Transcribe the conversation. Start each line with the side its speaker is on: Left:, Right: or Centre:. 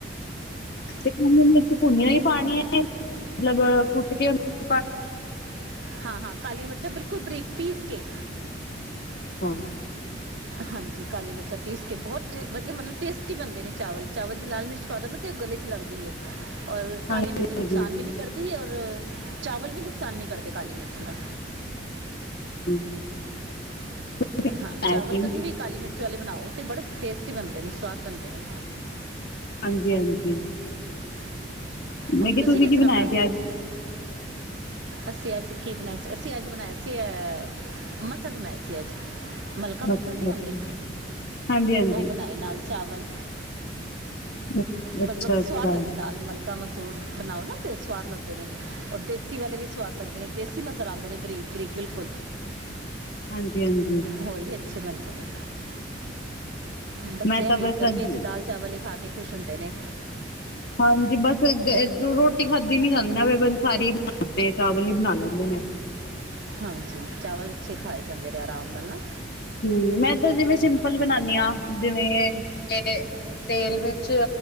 Left: ਤੇ ਕ ਮਿਰਚ ਭੁੰਨੀਆਂ ਹੀ ਪਾਣੀ ਆ ਮਤਲਬ ਕੁੱਟ ਕੇਣੀ
Right: ਹਾਂ ਹਾਂ, ਕਾਲੀਆਂ ਮਿਰਚਾਂ ਬਿਲਕੁਲ ਬਰੀਕ ਪੀਸ ਕੇ
Left: ਅੱਛਾ।
Right: ਹਾਂਜੀ, ਕਾਲੀ ਮਿਰਚਾਂ ਪੀਸ ਕੇ ਬਹੁਤ ਵਧੀਆਂ ਮੱਤਲਬ ਟੇਸਟੀ ਬਣਦੇ ਨੇਂ ਚਾਵਲ। ਚਾਵਲ ਚ ਲਾਲ ਮਿਰਚ ਪਾ ਦਿਓ ਨਾਂ ਤੇ ਉਹ ਗਲੇ ਚ ਲੱਗਦੀ ਏਂ। ਔਰ ਕਾਲੀ
Left: ਹਾਂਜੀ
Right: ਮਿਰਚ
Left: ਹਾਂਜੀ
Right: ਨੁਕਸ਼ਾਨ ਵੀ ਨੀਂ ਕਰਦੀ। ਔਰ ਚਾਵਲ ਵੀ ਨੁਕਸ਼ਾਨ ਨੀਂ ਕਰਦੇ ਕਾਲੀ ਮਿਰਚ ਨਾਲ਼।
Left: <inaudible>
Right: ਹਾਂ,
Left: ਬਣਾਇਆ
Right: ਚਾਵਲ
Left: ਸੀ
Right: ਕਦੀਂ ਵੀ ਕਾਲ਼ੀ ਮਿਰਚ। ਮਿਰਚ ਆਲੇ ਬਣਾਓ ਅਤੇ ਬੜੇ ਟੇਸਟੀ ਬਣਦੇ ਨੇ ਸਵਾਦ ਬਣਦੇ ਨੇਂ।
Left: ਹਾਂਜੀ ਹਾਂਜੀ।
Right: ਹੋਰ
Left: ਮੈਂ ਕਿਹਾ
Right: ਤੁਸੀਂ ਕਿਸ
Left: ਕੀ
Right: ਤਰ੍ਹਾਂ
Left: ਬਣਾਇਆ
Right: ਬਣਾਂਦੇ
Left: ਸੀ
Right: ਹੋ ਅਸੀਂ ਅੱਜ ਕੀ ਬਣਾਇਆ ਸੀ। ਅਸੀਂ ਅੱਜ ਬਣਾਇਆਂ ਸੀ ਐ ਮਸਰ ਬਣਾਏ ਸੀ ਅੱਜ। ਮਲਕਾ
Left: ਅੱਜ
Right: ਮਸਰ ਨੀਂ ਹੁੰਦੇ
Left: ਅੱਛਾ ਅੱਛਾ ਹਾਂਜੀ ਹਾਂਜੀ
Right: ਉਹ ਬਣਾਏ ਨਾਲ਼। ਚਾਵਲ।
Left: ਅੱਛ- ਅੱਛਾ
Right: ਮਤਲਬ
Left: ਅੱਛਾ
Right: ਸਵਾਦ ਲੱਗਦੀ ਦਾਲ ਮਲਕ। ਮੱਕਾ ਮਸਰ ਬਣਾਓ ਨਾਂ ਤੇ ਸਵਾਦ ਲਗਦੇ ਨੇਂ ਏ ਦੇਸੀ ਵਾਲੇ ਵੀ ਸਵਾਦ ਲੱਗਦੇ ਨੇ ਦੇਸੀ ਮਸਰ ਆਉਦੇ ਨੇ ਬਰੀਕ ਬਰੀਕ।
Left: ਹਾਂਜੀ ਹਾਂਜੀ।
Right: ਹੋਰ ਵੀ ਅੱਛੇ ਬਣਦੇ ਨੇਂ। ਬੱਚੇ
Left: ਮੈਂ ਤਾਂ
Right: ਹੀ
Left: ਬਸ
Right: ਗਰਮੀਆਂ
Left: ਅੱਜ
Right: ਚ ਦਾਲ ਚਾਵਲ ਹੀ ਖਾਂ ਕੇ। ਖੁਸ਼ ਹੁੰਦੇ ਨੇਂ।
Left: ਹਾਂਜੀ ਬਸ ਇਧਰੋਂ ਰੋਟੀ ਖਾਧੀ ਨੀ ਜਾਂਦੀ ਨਾ <unintelligible> ਸਾਰ ਚਾਵਲ ਹੀ ਬਣਾਂ ਲੈਂਦੇ ਨੇਂ।
Right: ਹਾਂਜੀ ਚਾਵਲ ਅੱਛੇ ਖਾਏ ਜਾਂਦੇਂ ਨੇ ਆਰਾਮ ਨਾਲ ਨਾਂ।
Left: ਹੂੰ, ਮੈਂ ਤਾਂ ਜਿਵੇਂ ਸਿੰਪਲ ਬਣਾਣੀ ਹਾਂ ਜਿਵੇਂ ਤੇ ਤੇਲ ਵਿੱਚ।